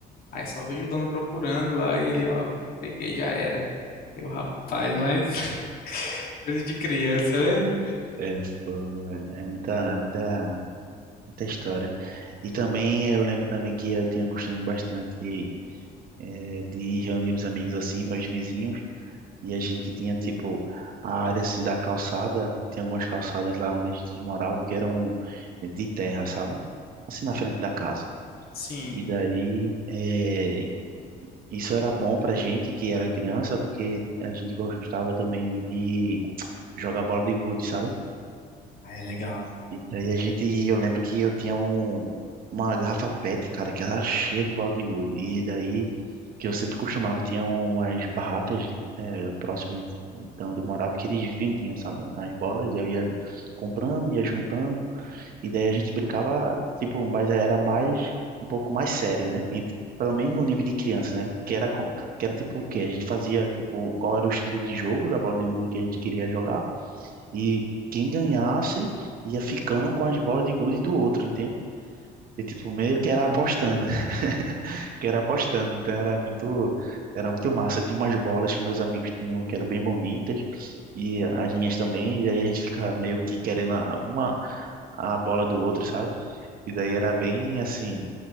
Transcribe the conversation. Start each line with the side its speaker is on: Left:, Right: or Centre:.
Left: Aí só vejo o dono procurando lá e ele, ó, peguei, já era. Eu, rapaz, mas <laughs> coisa de criança, né?
Right: É, fogo, velho. É muita, é muita Muita história. E também eu lembro também que eu tinha costume bastante eh, de reunir os amigos assim, meus vizinhos, e a gente tinha tipo a área assim da calçada, tinha algumas calçadas lá onde a gente morava que eram eh, de terra, sabe? Assim na frente da casa.
Left: Sim.
Right: E daí eh, isso era bom pra gente que era criança, porque a gente gostava também de jogar bola de gude, sabe?
Left: Aí é legal.
Right: E daí a gente, eu lembro que eu tinha um, uma garrafa PET, cara, que era cheia de bala de gude. E daí, que eu sempre costumava, tinha umas barracas eh, próximas de onde eu morava que eles vendiam, sabe? As bolas, eu ia comprando, ia juntando. E daí a gente brincava, tipo, mas era mais, um pouco mais sério, né? Entre- pelo menos no nível de criança, né? Que era, com- que era tipo o quê? A gente fazia, tipo, qual era o estilo de jogo da bola de gude que a gente queria jogar. E quem ganhasse ia ficando com as bolas de gude do outro, entende? E tipo, meio que
Left: Caramba.
Right: era apostando, <laughs> que era apostando. Então era muito, era muito massa. Tinha umas bolas que meus amigos tinham que eram bem bonitas, e as minhas também, e aí a gente ficava meio que querendo a- uma a bola do outro, sabe? E daí era bem assim,